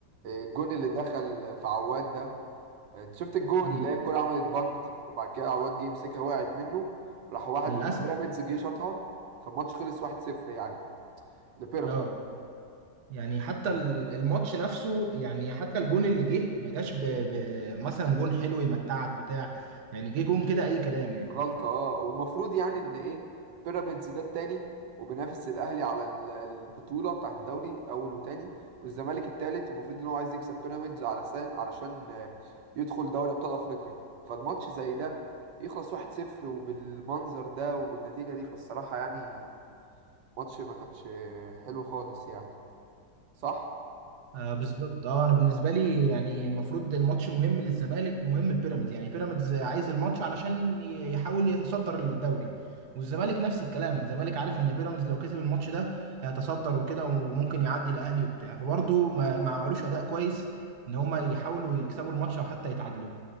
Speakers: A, on the right; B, on the right.
A: الجون اللي دخل في عواد ده آه، انت شفت الجون
B: مم.
A: اللي هي الكرة عملت بند وبعد كده عواد جه يمسكها وقعت منه راح واحد
B: للاسف
A: من بيراميدز جه شاطها فالماتش خلص 1-0 يعني لبيراميدز
B: اه يعني حتى ال- الماتش نفسه يعني حتى الجون اللي جه ما جاش ب... ب... مثلا جون حلو يمتعك بتاع يعني جه جون كده اي كلام يعني
A: غلطة اه ومفروض يعني ان ايه بيراميدز ده التاني وبينافس الاهلي على ال- البطولة بتاعة الدوري اول وتاني والزمالك التالت ومفروض ان هو عايز يكسب بيراميدز علشان علشان آه، يدخل دوري ابطال افريقيا فالماتش زي ده يخلص 1-0 وبالمنظر ده وبالنتيجة دي فالصراحة يعني ماتش ما كانش آه، حلو خالص يعني صح؟
B: آه بالظبط اه انا بالنسبه لي يعني المفروض الماتش مهم للزمالك ومهم لبيراميدز يعني بيراميدز عايز الماتش علشان ي- يحاول يتصدر الدوري والزمالك نفس الكلام الزمالك عارف ان بيراميدز لو كسب الماتش ده هيتصدر وكده وممكن يعدي الاهلي وبتاع فبرضه ما ما عملوش اداء كويس ان هما يحاولوا يكسبوا الماتش او حتى يتعادلوا